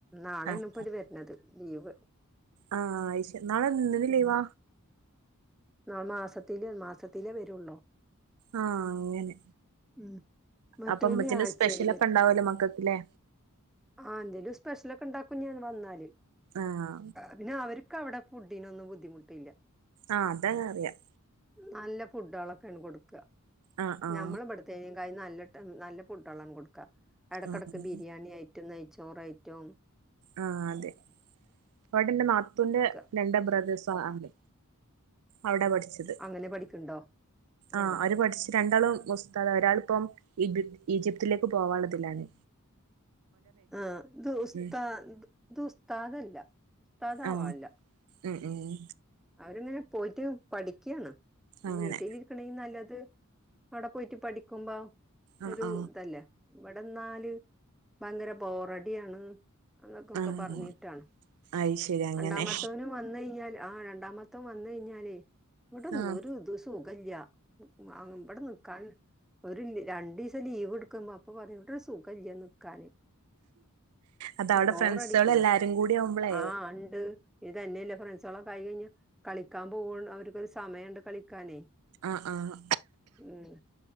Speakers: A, in the centre; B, on the right.
A: നാളെയണപ്പോ
B: ആഹ്
A: അവര് വരണത് ലീവ്.
B: ആഹ് അയി ശരി നാളെ എന്തിന്റെ
A: ഉം
B: ലീവാ?
A: നാളെ മാസത്തിലേ മാസത്തിലേ വരുള്ളൂ.
B: ആഹ് അങ്ങനെ.
A: ഉം മറ്റോന്
B: അപ്പൊ ഉമ്മച്ചിന്റെ
A: ആഴ്ചേല്
B: സ്പെഷ്യലൊക്കെ ഉണ്ടാവല്ലോ മക്കൾക്ക്ല്ലേ?
A: ആഹ് എന്തേലും സ്പെഷ്യലൊക്കെ ഇണ്ടാക്കും ഞാൻ വന്നാല്.
B: ആഹ്.
A: പിന്നെ അവർക്ക് അവിടെ ഫുഡിനൊന്നും ബുദ്ധിമുട്ടില്ല.
B: ആഹ് അത അറിയാം
A: നല്ല ഫുഡുകളൊക്കെയാണ് കൊടുക്കുക.
B: ആഹ് ആഹ്
A: നമ്മളവിടു ത്തേകായും നല്ല ട്ട് നല്ല ഫുഡ്കളാണ് കൊടുക്ക ഇടക്കിടക്ക്
B: ആഹ്
A: ബിരിയാണിയായി റ്റും നെയ്ച്ചോറായിറ്റും
B: ആഹ് അതെ അവടെ എന്റെ നാത്തുന്റെ
A: ഒക്കെ
B: രണ്ട് ബ്രദേേഴ്സ് ആഹ് അവിടെ പഠിച്ചത്
A: അങ്ങനെ പഠിക്കണ്ടോ ആ
B: ആഹ് അവര് പഠിച്ച രണ്ടാളും ഉസ്താദാ ഒരാളിപ്പം ഈജിപ്തിലേക്ക് പോകാനുള്ളതിലാണ്.
A: ആഹ് ഇത് ഉസ്താദ
B: ഉം
A: ഇത് ഉസ്താദല്ല ഉസ്താദ
B: ആഹ്
A: ആവാ അല്ല.
B: ഉം ഉം.
A: അവരങ്ങനെ പോയിട്ട് പഠിക്കാണ്
B: അങ്ങനെ
A: വീട്ടില് ക്കണേ നല്ലത് അവിടെ പോയിട്ട് പഠിക്കുമ്പോ
B: ആഹ്
A: ഒരു
B: ആഹ്
A: ഇതല്ലേ. ഇവടെ ന്നാല് ഭയങ്കര ബോറടിയാണ്. അന്നൊക്കെ ഒക്കെ
B: ആഹ്
A: പറഞ്ഞിട്ടാണ്
B: അയ് ശരി അങ്ങനെ
A: രണ്ടാമത്തോനും വന്ന് കഴിഞ്ഞാല് ആഹ് രണ്ടാമത്തോ വന്ന് കഴിഞ്ഞാലേ ഇവിടെന്തൊരു
B: ആഹ്
A: ഇത് സുഖില്ല. ഉ ആഹ് ഇവിടെ നിക്കാൻ. ഒരു രണ്ടു ദിവസം ലീവ് എടുക്കുമ്പ അപ്പൊ പറയും സുഖം ഇല്ല നിക്കാന്.
B: അതവിടെ
A: ബോറടിക്ക
B: ഫ്രണ്ട്സുകൾ എല്ലാരും കൂടി ആവുമ്പളേ
A: ആഹ് ഇണ്ട്. ഇത് തന്നെയ ഇല്ല ഫ്രണ്ട്സോള്കായി കഴിഞ്ഞ് കളിക്കാൻ പോവാണ് അവർക്ക് ഒരു സമയമുണ്ട് കളിക്കാനേ.
B: ആഹ് ആഹ്
A: ഉം